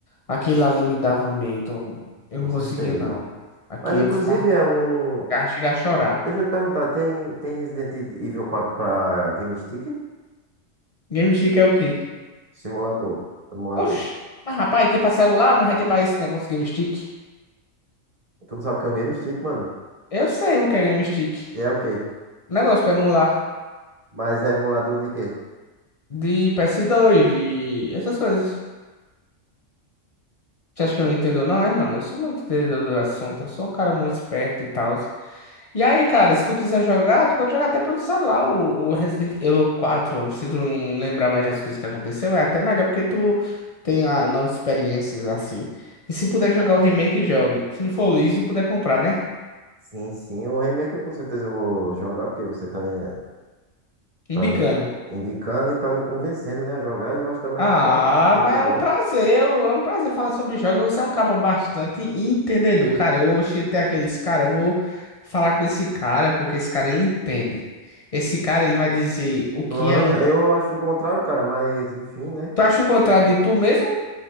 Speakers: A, on the left (about 40°); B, on the right (about 35°).
A: Aquele ali me dava medo. Eu
B: com
A: não
B: certeza.
A: conseguia, não. Aqui
B: Mas
A: eu
B: inclusive
A: ficava...
B: é um.
A: ficava- Chegava a chorar.
B: Deixa eu te perguntar, tem, tem Resident Evil 4 pra Game Stick?
A: Game Stick é o quê?
B: Simulador. Emulador.
A: Oxi. Mas, rapaz, tem pra celular? Não vai ter pra esse negócio Game Stick?
B: Tu não sabe o que é um Game Stick, mano?
A: Eu sei o que é Game Stick.
B: E é o quê?
A: Negócio pra emular.
B: Mas é emulador de quê?
A: De ps dois, de... Essas coisas. Você acha que eu não entendo, não? É, mano, eu sou muito entendedor do assunto. Eu sou um cara muito esperto e tal. E aí, cara, se tu quiser jogar, tu pode jogar até pelo celular o, o Resident Evil quatro Se tu não lembrar mais das coisas que aconteceu, é até melhor porque tu tem ah, novas experiências assim. E se puder jogar o remake, jogue. Se não for liso e puder comprar, né?
B: Sim, sim. O remake eu com certeza eu vou jogar, porque você tá, em- tá
A: Imbicano.
B: me indicando e tá me convencendo, né, a jogar. E eu acho da melhor
A: Ah,
B: forma. Muito
A: mas
B: bom.
A: é um prazer, eu- é um prazer falar sobre jogos. Você é um cabo bastante entendedor, cara. Eu cheguei até aqui, eu disse, cara, eu vou falar com esse cara porque esse cara ele entende. Esse cara ele vai dizer o que
B: Uhum,
A: é um.
B: eu acho o contrário, cara, mas enfim, né?
A: Tu acha o contrário de tu mesmo?